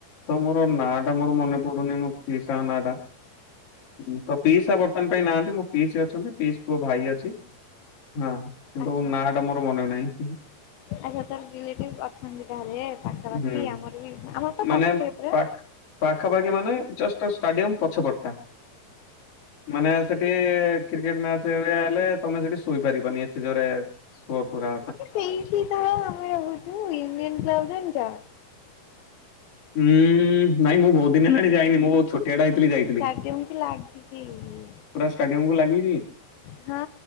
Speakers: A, on the left; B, on the left.
A: ତ ମୋର ନାଁ ଟା ମୋର ମନେ ପଡୁନି ମ ପିସାଙ୍କ ନା ଟା ହୁଁ ତ ପିସା ବର୍ତ୍ତମାନ ପାଇଁ ନାହାନ୍ତି ମୋ ପିସି ଅଛନ୍ତି ପିସି ମୋ ଭାଇ ଅଛି। ହଁ କିନ୍ତୁ
B: ଆଚ୍ଛା।
A: ନା ଟା ମୋର ମନେ ନାହିଁ।
B: ଆଚ୍ଛା ତାର ରିଲେଟିଭ ଅଛନ୍ତି ତାହେଲେ ଏ ପାଖାପାଖି
A: ହୁଁ
B: ଆମର ବି ଆମର ତ
A: ମାନେ
B: ପାଖେରେ ପୁରା।
A: ପାଖ ପାଖାପାଖି ମାନେ ଜଷ୍ଟ ଅ ଷ୍ଟାଡିୟମ ପଛପଟଟା। ମାନେ ସେଠି କ୍ରିକେଟ ମ୍ୟାଚ୍ ହେଲେ ତମେ ସେଠି ଶୋଇପାରିବନି ଏତେ ଜୋରେ ସୋପୁରା।
B: ଏଇଠି ତ ଆମେ ରହୁଛୁ ଇମେନ୍ କ୍ଲବ ଜାଣିଛ?
A: ହୁଁ ନାଇଁ ମୁଁ ବହୁତ ଦିନ ହେଲାଣି ଯାଇନି ମୁଁ ବହୁତ ଛୋଟିଆଟା ହେ ଥିଲି ଯାଇଥିଲି
B: ଷ୍ଟାଡିୟମକୁ ଲାଗିକି।
A: ପୁରା ଷ୍ଟାଡିୟମକୁ ଲାଗିକି
B: ହଁ